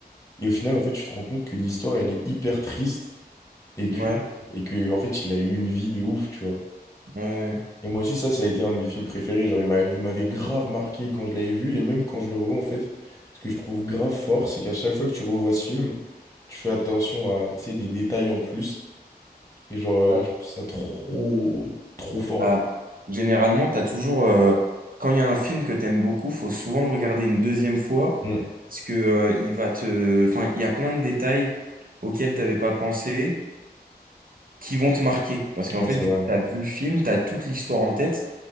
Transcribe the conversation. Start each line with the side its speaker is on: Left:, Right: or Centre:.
Left: Et au final, en fait, tu te rends compte que l'histoire, elle est hyper triste et
Right: ouais,
Left: que, et que, en fait, il a eu une vie de ouf, tu vois.
Right: ouais.
Left: Et moi aussi, ça, ça a été un de mes films préférés. Genre, il m'a- il m'avait grave marqué quand je l'avais vu, et même quand je le revois, en fait, ce que je trouve grave fort, c'est qu'à chaque fois que tu revois ce film, tu fais attention à, tu sais, des détails en plus. Et genre, euh,
Right: ouais.
Left: je trouve ça trop, trop fort,
Right: Bah,
Left: en fait.
Right: généralement, t'as toujours, euh, quand il y a un film que t'aimes beaucoup, faut souvent le regarder une deuxième fois
Left: Mm.
Right: parce que, euh, il va te, enfin, il y a plein de détails auxquels t'avais pas pensé qui vont te marquer parce qu'en
Left: Ouais,
Right: fait,
Left: c'est
Right: du
Left: vrai.
Right: coup, t'as vu le film, t'as toute l'histoire en tête